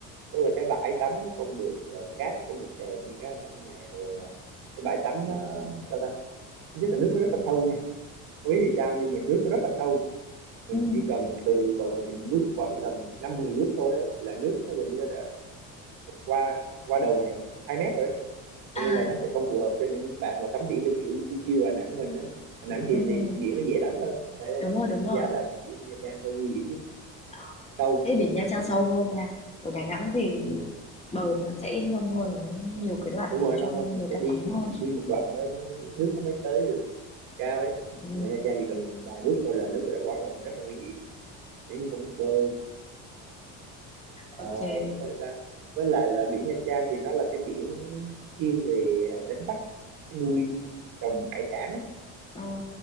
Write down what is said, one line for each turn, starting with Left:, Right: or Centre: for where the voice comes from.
Right: tức là cái bãi tắm nó không được ờ, cát nó không được đẹp như cái Đà Nẵng này rồi ờ, cái bãi tắm nó sao ta thứ nhất là nước nó rất là sâu nha không biết vì sao nhưng mà nước nó rất là sâu mình
Left: ừm,
Right: chỉ cần từ bờ mình bước khoảng tầm năm mười bước thôi ấy, là nước nó gần như đã qua qua đầu mình rồi hai mét rồi
Left: à,
Right: cho nên là nó sẽ không phù hợp cho những bạn mà tắm biển theo kiểu chiêu chiêu Đà Nẵng mình á Đà Nẵng thì,
Left: ừm,
Right: thì biển nó dễ tắm hơn đấy đấy
Left: đúng
Right: thì
Left: rồi,
Right: mình
Left: đúng
Right: đánh
Left: rồi.
Right: giá là cái biển Nha Trang hơi nguy hiểm nhé
Left: Ờ,
Right: sâu
Left: thế biển Nha Trang sâu hơn nha. Ở Đà Nẵng thì
Right: ừ.
Left: bờ nó sẽ nông hơn, nó nhiều cái đoạn
Right: đúng rồi
Left: để cho
Right: nó mà
Left: người
Right: mình
Left: ta
Right: phải đi
Left: tắm hơn.
Right: đi một đoạn mới, mới nước nó mới tới được cao ấy
Left: Ừ,
Right: còn ở Nha Trang chỉ cần vài bước thôi là nước đã quá đầu rất là nguy hiểm nếu như không biết bơi à,
Left: ok.
Right: với sao người ta với lại là biển Nha Trang thì nó là cái biển thiên về đánh bắt nuôi trồng hải sản ấy
Left: Ờ,